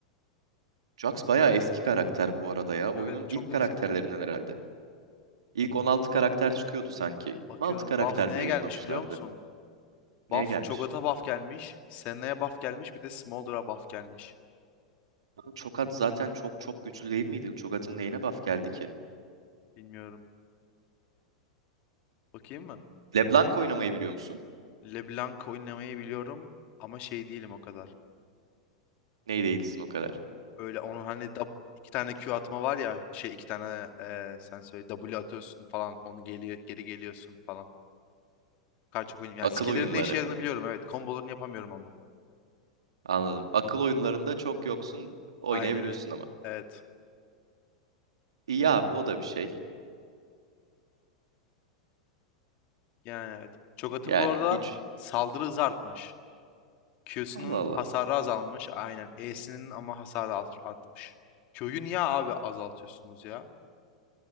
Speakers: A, on the right; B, on the left.
A: Jax bayağı eski karakter bu arada ya.
B: Evet
A: Oyunun
B: çok
A: ilk karakterlerinden
B: eski.
A: herhalde. İlk 16 karakter çıkıyordu sanki.
B: Bakıyorum
A: on altı karakter
B: buff neye
A: mi yayımlamışlardı?
B: gelmiş biliyor musun? Buff
A: Neye gelmiş?
B: Cho'Gath'a buff gelmiş. Senna'ya buff gelmiş. Bir de Smolder'a buff gelmiş.
A: Oğlum Çokat zaten çok çok güçlü değil miydi? Çokat'ın neyine buff geldi ki?
B: Bilmiyorum. Bakayım mı?
A: LeBlanc oynamayı biliyor musun?
B: LeBlanc oynamayı biliyorum ama şey değilim o kadar.
A: Ney değilsin o kadar.
B: Öyle onun hani dab- iki tane Q atma var ya şey iki tane e, sen söyle W atıyorsun falan onu geri geri geliyorsun falan. Kar çok oynuyorum. Yani
A: Akıl
B: skill'lerin
A: oyunları.
B: ne işe yaradığını biliyorum evet. Kombolarını yapamıyorum ama.
A: Anladım. Akıl oyunlarında çok yoksun. Oynayabiliyorsun
B: Aynen öyle.
A: ama.
B: Evet.
A: İyi abi o da bir şey.
B: Yani evet. Çok atın
A: Yani
B: bu arada
A: hiç.
B: saldırı hızı artmış. Q'sunun
A: Allah Allah.
B: hasarı azalmış. Aynen. E'sinin ama hasarı art- artmış. Q'yu niye abi azaltıyorsunuz ya?